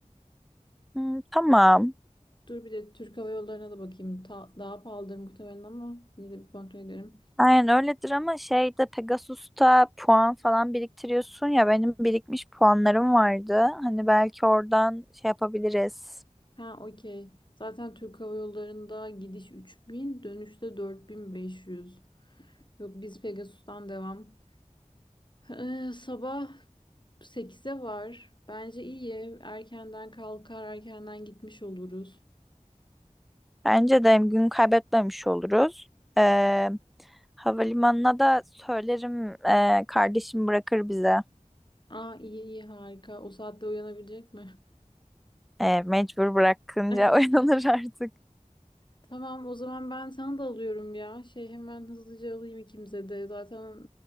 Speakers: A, in the centre; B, on the left (about 35°).
A: Hmm, tamam.
B: Dur bir de Türk Hava Yolları'na da bakayım. Ta- daha pahalıdır muhtemelen ama yine de bir kontrol ederim.
A: Aynen öyledir ama şeyde Pegasus'ta puan falan biriktiriyorsun ya benim birikmiş puanlarım vardı. Hani belki oradan şey yapabiliriz.
B: Ha okey. Zaten Türk Hava Yolları'nda gidiş 3000, dönüşte 4500. Yok biz Pegasus'tan devam. Ee, sabah sekize var. Bence iyi. Erkenden kalkar, erkenden gitmiş oluruz.
A: Bence de hem gün kaybetmemiş oluruz. Ee, havalimanına da söylerim ee, kardeşim bırakır bize.
B: Aa iyi iyi harika. O saatte uyanabilecek mi?
A: Ee, mecbur bırakınca
B: <laughs>
A: <laughs> oynanır artık.
B: Tamam o zaman ben sana da alıyorum ya. Şey hemen hızlıca alayım ikimize de. Zaten